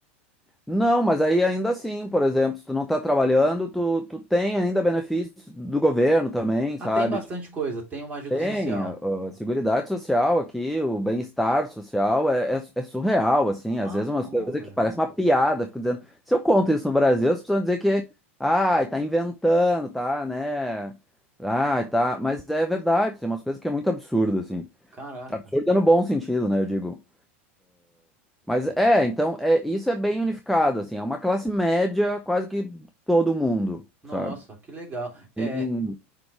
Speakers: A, in the centre; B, on the right.
A: Não, mas aí ainda assim, por exemplo, se tu não tá trabalhando, tu, tu tem ainda benefícios do governo também,
B: Ah,
A: sabe?
B: tem bastante coisa. Tem uma ajuda
A: Tem,
B: social.
A: a, a Seguridade Social aqui, o bem-estar social é, é, é surreal, assim, às
B: Ah,
A: vezes umas
B: bom,
A: coisas
B: velho.
A: que parecem uma piada, fico dizendo, se eu conto isso no Brasil, as pessoas vão dizer que, ai, tá inventando, tá, né, ai, tá, mas é verdade, tem umas coisas que é muito absurdo, assim,
B: Caraca.
A: absurdo é no bom sentido, né, eu digo, mas é, então, é, isso é bem unificado, assim, é uma classe média quase que todo mundo,
B: Nossa,
A: sabe,
B: que legal. É,
A: sem,